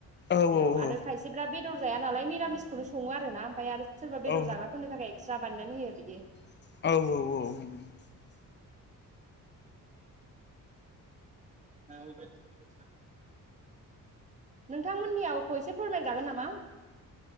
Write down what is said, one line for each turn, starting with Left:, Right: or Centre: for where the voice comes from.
Left: औ
Right: बेयाव
Left: औ
Right: आरो खायसेफ्रा बेदर जाया नालाय निरामिसखौनो सङो आर ना ओमफ्राय आरो सोरबा बेदर
Left: औ
Right: जाग्राफोरनो थाखाय एक्सट्रा बानायनानै होयो बिदि
Left: औ औ औ
Right: <unintelligible> नोंथांमोननि आवखौ एसे फोरमायजागोन नामा